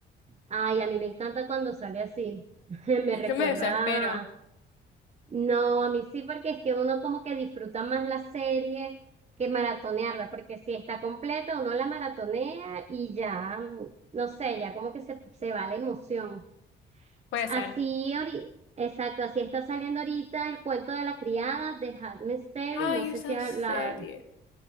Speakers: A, on the right; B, on the left.
A: Ay, a mí me encanta cuando sale así. <laughs> Me recuerda
B: Yo me desespero,
A: No, a mí sí, porque es que uno como que disfruta más la serie que maratonearla, porque si está completa, uno la maratonea y ya, mm, no sé, ya como que se, se va la emoción.
B: puede
A: Así,
B: ser.
A: ori- exacto, así está saliendo ahorita el cuento de la criada de Handmaid's Tale,
B: Ay,
A: no sé
B: esa
A: si a-
B: serie.
A: la,